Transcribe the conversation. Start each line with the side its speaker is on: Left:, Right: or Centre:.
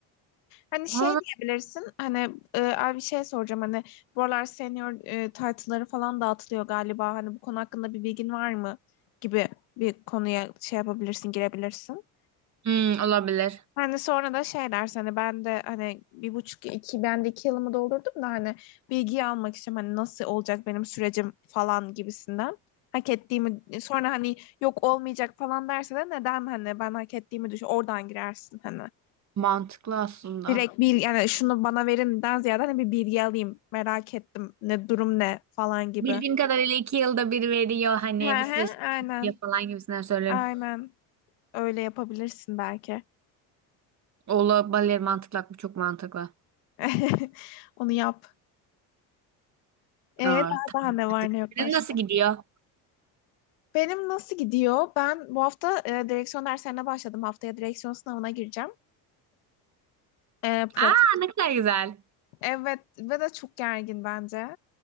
Left: Hani şey
Right: Ona nasıl...
Left: diyebilirsin hani e, abi bir şey soracağım hani bu aralar senior e, title'ları falan dağıtılıyor galiba hani bu konu hakkında bir bilgin var mı gibi bir konuya şey yapabilirsin girebilirsin.
Right: Hmm, olabilir.
Left: Hani sonra da şey dersin hani ben de hani bir buçuk iki ben de iki yılımı doldurdum da hani bilgiyi almak istiyorum hani nasıl olacak benim sürecim falan gibisinden. Hak ettiğimi sonra hani yok olmayacak falan derse de neden hani ben hak ettiğimi düşün oradan girersin hani.
Right: Mantıklı aslında.
Left: Direkt bir yani şunu bana verinden ziyade hani bir bilgi alayım. Merak ettim. Ne durum ne falan gibi.
Right: Bildiğim kadarıyla iki yılda bir veriyor hani
Left: He he
Right: bu süreç
Left: aynen.
Right: falan gibisinden söylüyorum.
Left: Aynen. Öyle yapabilirsin belki.
Right: Olabilir mantıklı bu çok mantıklı.
Left: <laughs> Onu yap. E,
Right: Aa,
Left: daha
Right: tamam.
Left: daha ne var
Right: hadi.
Left: ne yok
Right: Senin
Left: başka?
Right: Nasıl gidiyor?
Left: Benim nasıl gidiyor? Ben bu hafta e, direksiyon derslerine başladım. Haftaya direksiyon sınavına gireceğim. E, pratik
Right: Aa ne kadar güzel.
Left: Evet ve de çok gergin bence.